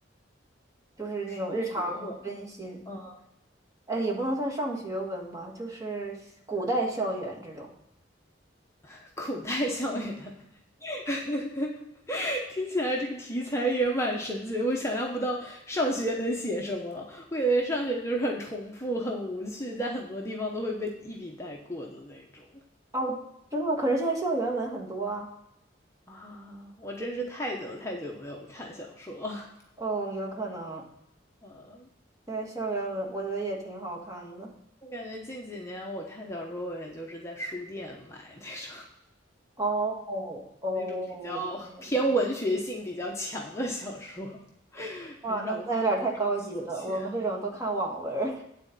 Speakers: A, on the right; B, on the left.
A: 就是那种日常温馨，
B: 上学文，嗯，
A: 哎，也不能算上学文吧，就是古代校园这种。
B: <laughs> 古代校园。<laughs> 听起来这个题材也蛮神奇的，我想象不到上学能写什么。我感觉上学就是很重复、很无趣，在很多地方都会被一笔带过的那种
A: 哦，真的吗可是现在校园文很多啊。
B: 啊！我真是太久太久没有看小说，<laughs>
A: 哦，有可能。
B: 呃，
A: 现在校园文我觉得也挺好看的。
B: 我感觉近几年我看小说，我也就是在书店买那种
A: 哦哦，
B: 那种比较偏文学性比较强的小说，
A: 这样
B: 很少看这种休闲。
A: 哇，那那有点太高级了，我们这种都看网文儿 <laughs>